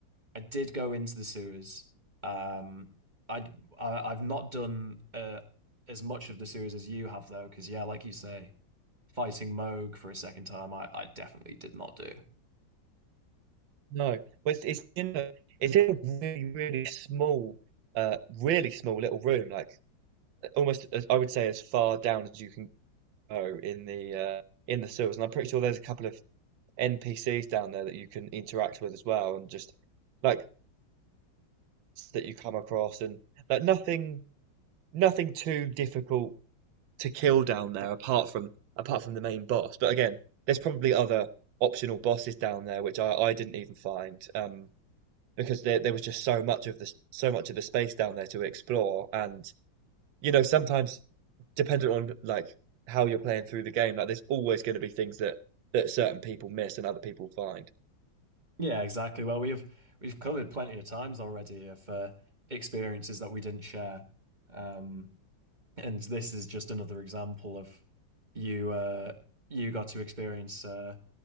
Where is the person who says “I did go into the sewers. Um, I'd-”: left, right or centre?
Right